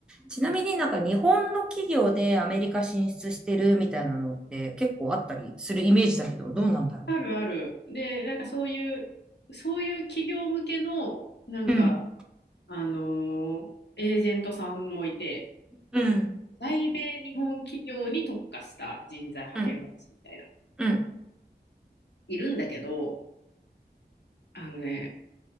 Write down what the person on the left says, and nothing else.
あるある。で、なんかそういう、そういう企業向けの、なんか、
あのーエージェントさんもいて、
で在米日本企業に特化した人材派遣会社みたいな、
いるんだけど、あのね、